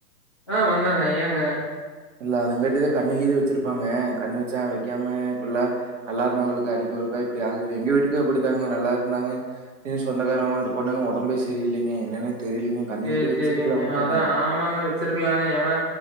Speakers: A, on the left; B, on the right.
A: ஆ வந்தாங்க ஏங்க
B: இல்ல அதுங்காட்டிதா கண்ணு கிது வச்சிருப்பாங்க கண்ணு வச்சா வைக்காம இப்டில்லா நல்லா இருந்தாவங்களுக்கு அடிக்கொருக்கா இப்டி ஆகுதுனு எங்க வீட்டுக்கு அப்டித்தாங்க நல்லா இருந்தாங்க சொந்தக்காரவந்து போன ஒடம்பே செரியில்லைங்க என்னன்னே தெரியலீங்க கண்ணு
A: செரி
B: கீது வச்சிருக்கலாம்லங்க
A: செரிங்க அதா ஆமாங்க வச்சிருக்கலாங்க ஏன்னா